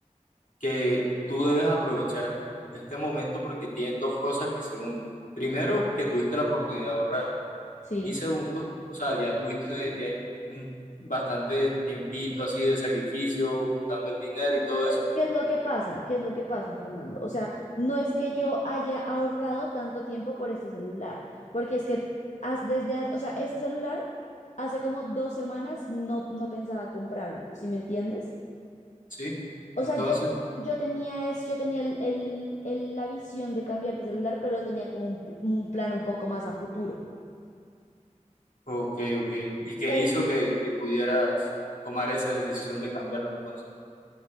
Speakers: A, on the left; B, on the left.
A: que tú debes aprovechar este momento porque tienes dos cosas que se unen. Primero, que tuviste la oportunidad de ahorrar.
B: Sí.
A: Y segundo, o sea, ya tuviste ya un- bastante tiempito así de sacrificio, juntando el dinero y todo
B: Pues,
A: eso.
B: ¿qué es lo que pasa? ¿Qué es lo que pasa, Fernando? O sea, no es que yo haya ahorrado tanto tiempo por este celular, porque es que as- desde, as- o sea, este celular hace como dos semanas no, no pensaba comprármelo, ¿sí me entiendes?
A: ¿Sí?
B: O
A: Entonces,
B: sea, yo, tenía- yo tenía, es, yo tenía el- el- el- la visión de cambiar de celular, pero tenía como un, pl- un plan un poco más a futuro.
A: ok, ok. ¿Y qué
B: Pero,
A: hizo que, que pudieras tomar esa decisión de cambiarlo entonces?